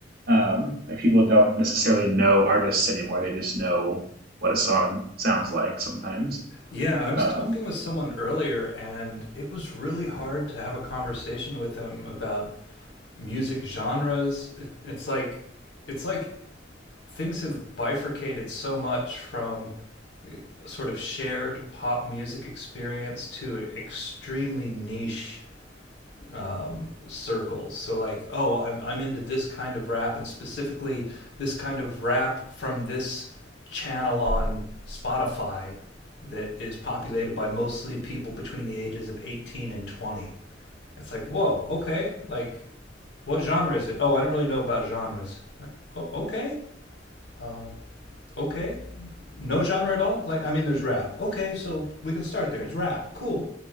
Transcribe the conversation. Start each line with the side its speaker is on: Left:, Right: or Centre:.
Right: Um, like people don't necessarily know artists anymore; they just know what a song sounds like sometimes.
Left: Yeah, I was
Right: Um,
Left: talking with someone earlier, and it was really hard to have a conversation with them about music genres. It, it's like, it's like things have bifurcated so much from a sort of shared pop music experience to e-, extremely niche um, circles. So like, oh, I'm I'm into this kind of rap and specifically this kind of rap from this channel on Spotify that is populated by mostly people between the ages of 18 and 20. It's like, whoa, okay. Like, what genre is it? Oh, I don't really know about genres. Like, oh, okay, um, okay. No genre at all. Like, I mean, there's rap. Okay, so we can start there. It's rap. Cool.